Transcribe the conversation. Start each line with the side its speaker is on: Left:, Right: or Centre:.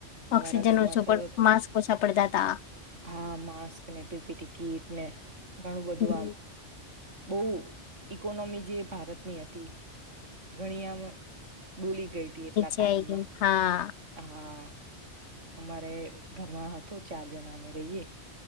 Right: અમારા
Left: ઓક્સિજન
Right: ઘરમાં
Left: ઓછું
Right: થયો
Left: પણ
Right: હતો
Left: માસ્ક ઓછા પડતા હતા
Right: હા માસ્ક ને પીપી ટી ને ઘણું બધું
Left: હમ
Right: આમ બહુ ઈકોનોમી જે ભારતની હતી ઘણી આમ ડૂલી ગઈ હતી એટલા ટાઈમમાં
Left: જ હા. હા
Right: હા અમારે ઘરમાં હતું ચાર જણા અમે રહીએ.